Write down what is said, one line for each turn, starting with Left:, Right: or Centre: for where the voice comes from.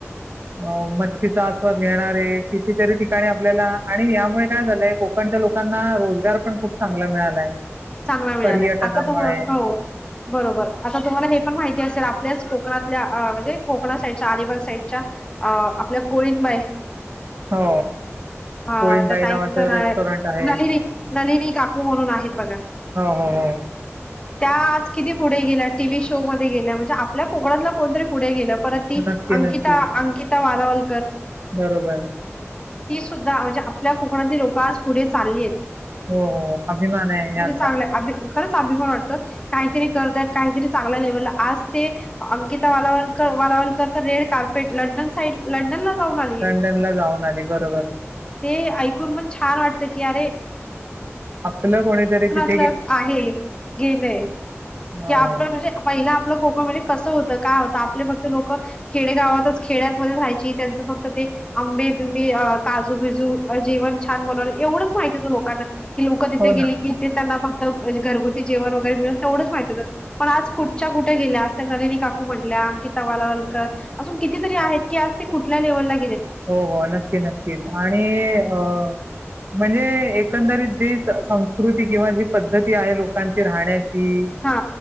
Right: अ मच्छीचा आस्वाद घेणारे कितीतरी ठिकाणी आपल्याला आणि यामुळे काय झालंय कोक पण त्या लोकांना रोजगार पण खूप चांगला मिळालाय.
Left: चांगला मिळालाय.
Right: पर्यटनामुळे
Left: आता तुम्हा हो बरोबर आता तुम्हाला हे पण माहिती असेल आपल्याच कोकणातल्या अ म्हणजे कोकणा साईडच्या अलिबाग साईडच्या अ आपल्या कोळींनबाई
Right: हो
Left: ह
Right: कोळींबाई
Left: त्या ताईच
Right: नावाचं रेस्टॉरंट आहे
Left: नलिनी नलिनी काकू म्हणून आहेत बघा
Right: हो हो हो
Left: त्या आज किती पुढे गेल्या. टीव्ही शो मध्ये गेल्या म्हणजे आपल्या कोकणातला कोणतरी पुढे गेलं. परत ती
Right: नक्की
Left: अंकिता
Right: नक्की
Left: अंकि वालावलकर,
Right: बरोबर
Left: ती सुद्धा म्हणजे आपल्या कोकणातली लोकं आज पुढे चालली आहेत.
Right: हो हो अभिमान आहे. या
Left: चागंल हाय अभि खरंच अभिमान वाटतो. काहीतरी करतात काहीतरी चांगला लेवल आज ते अंकिता वालाव वालावलकर तर रेड कार्पेट लंडन साईड लंडनला जाऊन आलीय
Right: लंडनला जाऊन आली. बरोबर
Left: ते ऐकून पण छान वाटत की अरे,
Right: आपलं कोणीतरी, तिथं
Left: आपलं आहे. गेलय की
Right: हो
Left: आपल म्हणजे पहिला आपलं कोकण म्हणजे कसं होत काय होत आपले फक्त लोक खेडेगावातच खेड्यातमध्ये राहायची. त्यांचं फक्त ते आंबे बिंबी काजू बिजू जेवण छान बनवणार एवढंच माहिती होतं लोकांना ती लोक तिथे
Right: हो
Left: गेली
Right: ना
Left: की, फक्त घरगुती जेवण वगैरे मिळत. तेवढच माहिती होत पण आज कुठच्या कुठ गेल्या, त्या नलनी काकू म्हटल्या अंकिता वालावलकर अजून कितीतरी आहेत की आज कुठल्या लेवलला
Right: हो हो नक्की नक्कीच आणि अ म्हणजे एकंदरीत जी संस्कृती किंवा जी पद्धती आहे लोकांची राहण्याची त
Left: हा